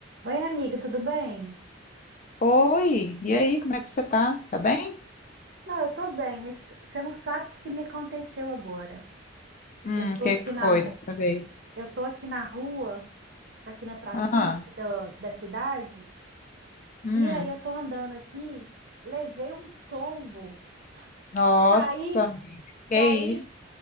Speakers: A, on the right (about 60°); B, on the left (about 40°).
A: Oi, amiga, tudo bem?
B: Oi, e aí, como é que você tá? Tá bem?
A: Não, eu tô bem, mas você não sabe o que que me aconteceu agora.
B: Hum,
A: Eu tô
B: o que
A: aqui
B: que
A: na,
B: foi
A: ru-
B: dessa vez?
A: eu tô aqui na rua, aqui na pracinha
B: Ah,
A: aqui da, da cidade,
B: hum,
A: e aí eu tô andando aqui, levei um tombo,
B: nossa,
A: caí,
B: amiga, que
A: caí,
B: isso?